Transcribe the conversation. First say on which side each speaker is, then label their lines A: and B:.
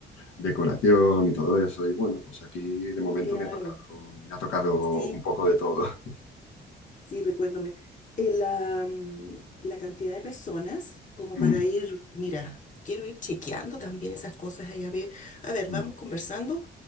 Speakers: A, on the left; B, on the left.
A: decoración y todo eso. Y bueno, pues aquí de momento
B: Claro,
A: me ha tocado, me ha tocado
B: sí,
A: un poco de todo. <laughs>
B: sí, recuérdame. Eh, la, mm, la cantidad de personas, como
A: Mm,
B: para ir, mira, quiero ir chequeando también esas cosas allá. a ver. A ver,
A: mm,
B: vamos conversando